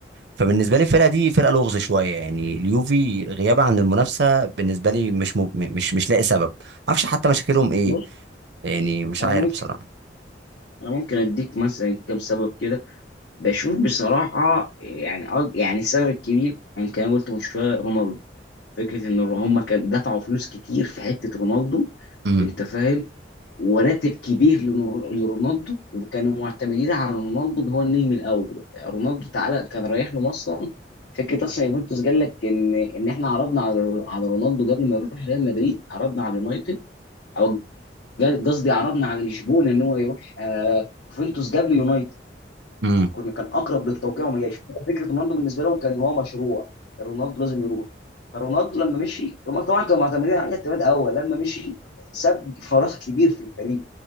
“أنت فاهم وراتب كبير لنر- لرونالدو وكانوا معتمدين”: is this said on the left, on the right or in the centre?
Left